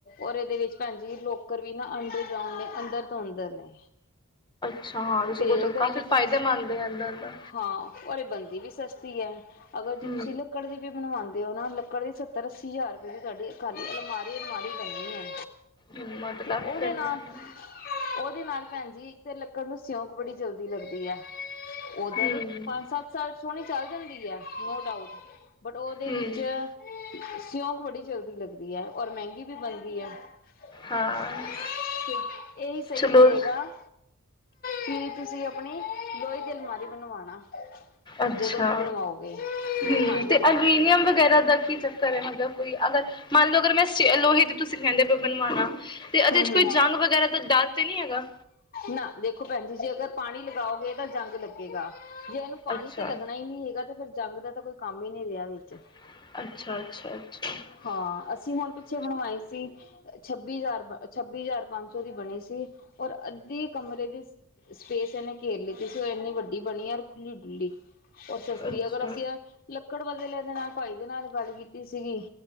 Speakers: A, on the left (about 40°); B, on the left (about 20°).
A: ਔਰ ਇਹਦੇ ਵਿੱਚ ਭੈਣ ਜੀ ਲੋਕਰ ਵੀ ਨਾ ਅੰਡਰਗਰਾਉਂਡ ਨੇ ਅੰਦਰ ਧੋਂਦਰ ਨੇ
B: ਅੱਛਾ ਹਾਂ
A: ਤੇ
B: ਗੋ
A: ਅਗਰ
B: ਕਾਫ਼ੀ
A: ਜੇ
B: ਫਾਇਦੇਮੰਦ
A: ਤੁ
B: ਆ ਇਏਦਾਂ ਦਾ
A: ਹਾਂ ਔਰ ਬਣਦੀ ਇਹ ਵੀ ਸਸਤੀ ਐ। ਅਗਰ ਜੇ
B: ਹੂੰ
A: ਤੁਸੀਂ ਲੱਕੜ ਦੀ ਵੀ ਬਣਵਾਂਦ ਤੇ ਉਹਨਾ ਲੱਕੜ ਦੀ ਸੱਤਰ ਅੱਸੀ ਹਜ਼ਾਰ ਰੁਪਏ ਦੀ ਤੁਆਡੀ ਖਾਲੀ ਅਲਮਾਰੀ ਅਲਮਾਰੀ ਬਨਣੀ ਐ।
B: ਹੂੰ ਕਾਫੀ
A: ਤੇ ਉਹਦੇ
B: ਹੂੰ
A: ਨਾਲ ਉਹਦੇ ਨਾਲ ਭੈਣ ਜੀ ਇੱਕ ਤੇ ਲੱਕੜ ਨੂੰ ਸਿਉਂਕ ਬੜੀ ਜਲਦੀ ਲੱਗਦੀ ਐ, ਓਦਾਂ
B: ਹੂੰ
A: ਤਾਂ ਪੰਜ-ਸੱਤ ਸਾਲ ਸੋਹਣੀ ਚੱਲ ਜਾਂਦੀ ਐ, ਨੋ ਡਾਊਟ ਬਟ ਉਹਦੇ
B: ਹੂੰ
A: ਵਿੱਚ ਸਿਯਉਂਕ ਬੜੀ ਜਲਦੀ ਲੱਗਦੀ ਐ ਔਰ ਮਹਿੰਗੀ ਵੀ ਬਣਦੀ ਐ
B: ਹਾਂ
A: <unintelligible> ਤੇ ਇਹੀ ਸਹੀ
B: ਚਲੋ
A: ਰਹੇਗਾ ਕੀ ਤੁਸੀਂ ਆਪਣੀ ਲੋਹੇ ਦਿ ਲਮਾਰੀ ਬਣਵਾਣਾ।
B: ਅੱਛਾ,
A: ਜਦੋਂ ਵੀ ਬਣਵਾਓਗੇ
B: ਹਮਤੇ
A: ਹਾਂਜੀ
B: ਅਲੂਨੀਅਮ ਵਗੈਰਾ ਦਾ ਕੀ ਚੱਕਰ ਹੈ ਮਤਲ ਕੋਈ ਅਗਰ ਮੰਨ ਲਓ ਅਗਰ ਮੈਂ ਲੋਹੇ ਤੁਸੀਖਹਦੇ ਬਣਵਾਣਾ ਤੇ ਇਹਦੇ
A: ਹੂੰ-ਹੂੰ,
B: ਚ ਕੋਈ ਜੰਗ ਵਗੈਰਾ ਦਾ ਡਰ ਤੇ ਨਹੀਂ ਹੈਗਾ
A: ਨਾ ਦੇਖੋ ਭੈਣ ਜੀ ਜੇ ਅਗਰ ਪਾਣੀ ਲਗਾਓਗੇ ਤਾਂ ਜੰਗ ਲੱਗੇਗਾ। ਜੇ ਇਹਨੂੰ ਪਾਣੀ
B: ਅੱਛਾ
A: ਤਾਂ ਲੱਗਣਾ ਹੀ ਨਹੀਂ ਹੈਗਾ ਤੇ ਫਿਰ ਜੰਗ ਦਾ ਤਾਂ ਕੋਈ ਕੰਮ ਹੀ ਨਹੀਂ ਰਿਹਾ ਵਿਚ
B: ਅੱਛਾ-ਅੱਛਾ-ਅੱਛਾ,
A: ਹਾਂ ਅਸੀਂ ਹੁਣ ਪਿੱਛੇ ਬਣਵਾਏ ਸੀ, ਛੱਬੀ ਹਜ਼ਾਰ ਛੱਬੀ ਹਜਾਰ ਪੰਜ ਸੌ ਦੀ ਬਣੇ ਸੀ, ਔਰ ਅੱਧੀ ਕਮਰੇ ਦੀ ਸਪੇਸ ਇਹਨੇ ਘੇਰ ਲੇਤੀ ਸੀ, ਉਹ ਇੰਨੀ ਵੱਡੀ ਬਣੀ ਯਾਰ ਖੁੱਲੀ-ਡੁੱਲੀ, ਉਹ ਸਸਤੀ
B: ਅੱਛਾ
A: ਅਗਰ ਅਸੀਂ ਲੱਕੜ ਬਦਲਿਆਂ ਦੇ ਨਾਲ ਭਾਈ ਦੇ ਨਾਲ ਗੱਲ ਕੀਤੀ ਸੀਗੀ।